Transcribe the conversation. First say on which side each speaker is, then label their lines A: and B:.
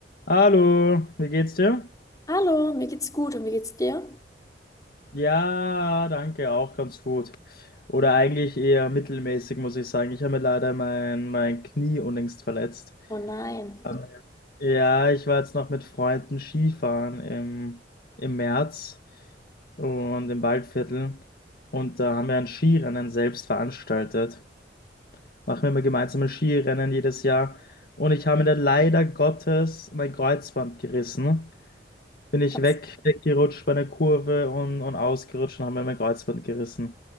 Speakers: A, on the left; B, on the left.
A: Hallo, wie geht's dir?
B: Hallo, mir geht's gut und wie geht's dir?
A: Ja, danke, auch ganz gut. Oder eigentlich eher mittelmäßig, muss ich sagen. Ich habe mir leider mein, mein Knie unlängst verletzt.
B: Oh nein,
A: Ähm, Ja, ich war jetzt noch mit Freunden Skifahren im, im März und im Waldviertel. Und da haben wir ein Skirennen selbst veranstaltet. Machen wir immer gemeinsame Skirennen jedes Jahr. Und ich habe mir da leider Gottes mein Kreuzband gerissen. Bin ich
B: das,
A: weg, weggerutscht bei einer Kurve und, und ausgerutscht und habe mir mein Kreuzband gerissen.